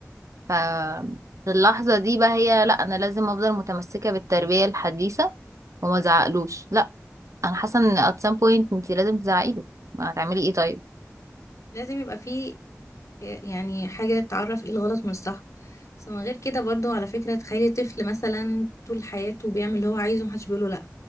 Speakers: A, on the right; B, on the left.
A: ف في اللحظة دي بقى هي لأ أنا لازم أفضل متمسكة بالتربية الحديثة وما زعقلوش لأ أنا حاسة إن at some point أنت لازم تزعقيله ما هتعملي إيه طيب
B: لازم يبقى فيه يعني حاجة تعرف ايه الغلط من الصح بس من غير كده برضو على فكرة تخيلي طفل مثلا طول حياته بيعمل اللي هو عايزه ومحدش بيقوله لا